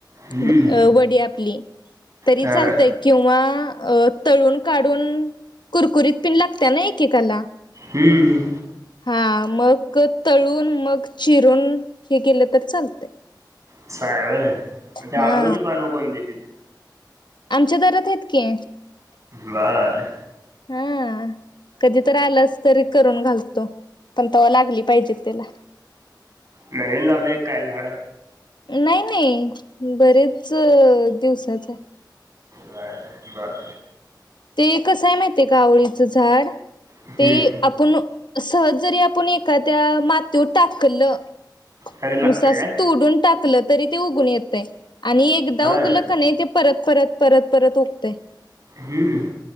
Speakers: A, on the right (about 45°); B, on the left (about 75°).
A: हम्म
B: ब वडी आपली तरी
A: हा
B: चालतय किंवा अं तळून काढून कुरकुरीत पिणं लागत्या ना एकेकाला
A: हम्म्म.
B: हा मग तळून मग चिरून हे केलं तर चालतंय.
A: असायंवी मग त्या
B: हा
A: आळुची पानं कोण दिलीत
B: आमच्या दारात हायत की.
A: बाय-य
B: हा कधी तर आलास तर करून घालतो. पण तवा लागली पाहिजेत त्याला
A: नवीन लावलंय काय झाड
B: नाही नाही बरेचं दिवसाच हाय.
A: Bye bye.
B: ते कसंय माहितेय का ते आवळीचं झाड
A: हम्म
B: ते आपण सहज जरी आपुण एखाद्या मातीवर टाकलं?
A: तरी लागतंय
B: नुस असं
A: काय
B: तुडून टाकलं तरी ते उघून येतंय आणि एकदा
A: होय
B: उगल कं नाही ते परत परत परत परत ओकतेय
A: हम्म्म.